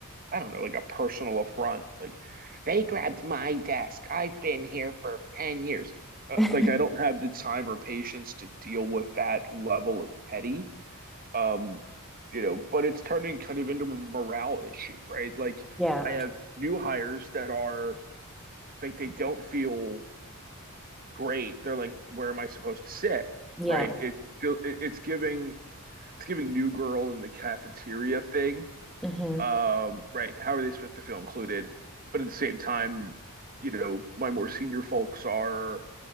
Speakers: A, on the right; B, in the centre.
A: I don't know, like a personal affront. Like they grabbed my desk. I've been here for 10 years. Uh,
B: <laughs>
A: like I don't have the time or patience to deal with that level of petty um, you know, but it's turning kind of into a morale issue, right? Like
B: Yeah.
A: I have new hires that are like they don't feel great. They're like, where am I supposed to sit?
B: Yeah.
A: Right? It, feel- it it's giving it's giving new girl in the cafeteria thing.
B: Mm-hmm.
A: Um, right? How are they supposed to feel included? But at the same time, you know, my more senior folks are